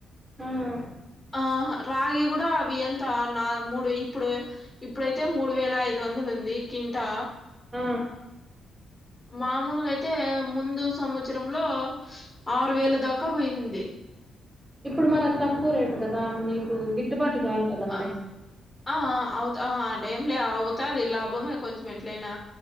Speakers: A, on the right; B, on the left.
A: హ్మ్.
B: ఆ రాగి కూడా అవి ఎంత నా మూడు ఇప్పుడు ఇప్పుడైతే మూడు వేల ఐదు వందలు ఉంది. కింటా
A: ఆ!
B: మామూలుగా అయితే, ముందు సంవత్సరంలో ఆరు వేల దాకా పోయింది.
A: ఇప్పుడు మరి తక్కువ రేట్ కదా మీకు గిట్టుబాటు రాదు కదా మరే.
B: అ ఆ అవుత అ ట ఏం లే అవుతాది లాభమే కొంచెం ఎట్లయినా